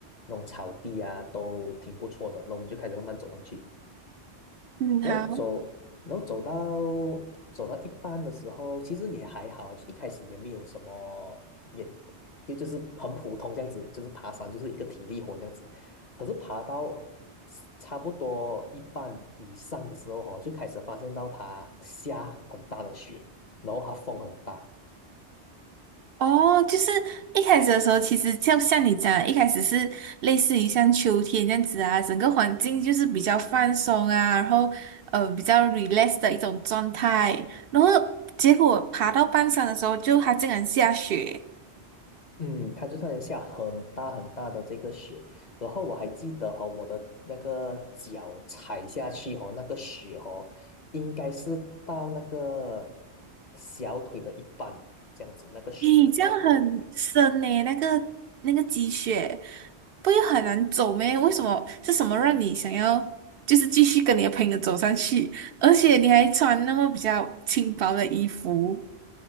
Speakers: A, on the left; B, on the right.
A: 那种草地啊，都挺不错的。那我们就开始慢慢走上去。
B: 嗯，
A: 然后走，
B: 好。
A: 然后走到走到一半的时候，其实也还好，就一开始也没有什么，也就就是很普通这样子，就是爬山就是一个体力活这样子。可是爬到差不多一半以上的时候哦，就开始发现到它下很大的雪，然后它风很大。
B: 哦，就是一开始的时候，其实就像你讲的一开始是类似于像秋天这样子啊，整个环境就是比较放松啊，然后呃比较 relax 的一种状态，然后结果爬到半山的时候就，它竟然下雪，
A: 嗯，它就算下很大很大的这个雪，然后我还记得哈、我的那个脚踩下去哦，那个雪哦，应该是到那个小腿的一半这样子，那个雪的高度。
B: 咦，这样很深呢，那个那个积雪，不会很难走咩？为什么是什么让你想要就是继续跟你的朋友走上去，而且你还穿那么比较轻薄的衣服？